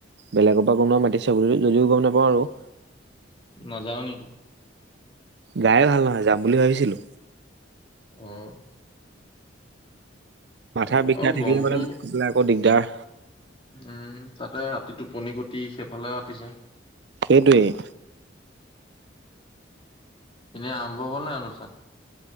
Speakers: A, on the right; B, on the left.
A: বেলেগৰ পৰা কোনোবা মাতিছে, বুলি যদিও গম নাপাওঁ আৰু।
B: নাযাও নেকি?
A: গায়ে ভাল নহয়, যাম বুলি ভাবিছিলো।
B: উম।
A: মাথা
B: হয় বাৰু
A: বিষাই
B: আৰু
A: থাকিলে
B: গৰমটো
A: মানে সিফালে আকৌ দিগদাৰ।
B: উম তাতে ৰাতি টোপনি খটি সেইফালে আতিছে।
A: সেইটোৱেই।
B: এনেই আৰম্ভ হল নাই অনুষ্ঠান?